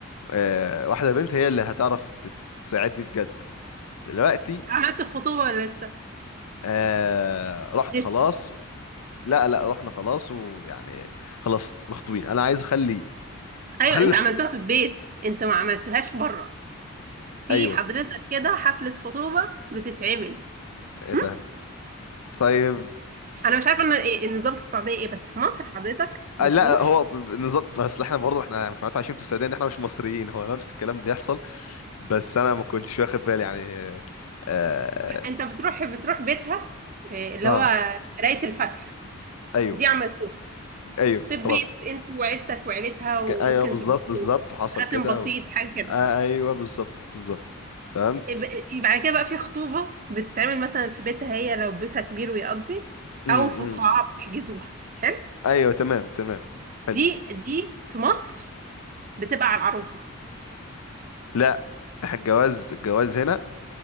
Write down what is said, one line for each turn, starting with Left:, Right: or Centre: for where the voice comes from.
Left: آه واحده بنت هي اللي هتعرف تت- تساعدني بجد دلوقتي
Right: عملت الخطوبة ولا لسه
Left: آه رحت
Right: لسه
Left: خلاص لا لا رحنا خلاص ويعني خلاص مخطوبين انا عايز اخلي
Right: أيوة
Left: اخلف
Right: أنت عملتوها في البيت أنت ما عملتوهاش بره في
Left: ايوه
Right: حضرتك كده حفلة خطوبة بتتعمل
Left: ايه ده
Right: مم؟
Left: طيب
Right: أنا مش عارفة إن إيه النظام في السعودية إيه بس في مصر حضرتك
Left: آه،
Right: بتروح
Left: لا هو ب- ب- نظام اصل احنا برضه احنا مش معناتها عايشين في السعوديه ان احنا مش مصريين هو نفس الكلام بيحصل بس انا ما كنتش واخد بالي يعني اه, آه
Right: أنت بتروح بتروح بيتها إيه، اللي
Left: آه،
Right: هو قراية الفاتحة
Left: ايوه
Right: دي عملتوها
Left: ايوه
Right: في البيت
Left: خلاص
Right: أنت وعيلتك وعيلتها وممكن
Left: ج- ايوه بالظبط
Right: تلبسوا
Left: بالظبط حصل
Right: خاتم
Left: كده
Right: بسيط
Left: و...
Right: حاجة كده
Left: آه ايوه بالظبط بالظبط تمام
Right: يبقى يبقى كده بقى في خطوبة بتتعمل مثلا في بيتها هي لو بيتها كبير ويقضي
Left: امم
Right: او في قاعة بتحجزوها حلو
Left: ايوه تمام تمام حلو
Right: دي دي في مصر بتبقى على العروسة
Left: لا إحنا الجواز الجواز هنا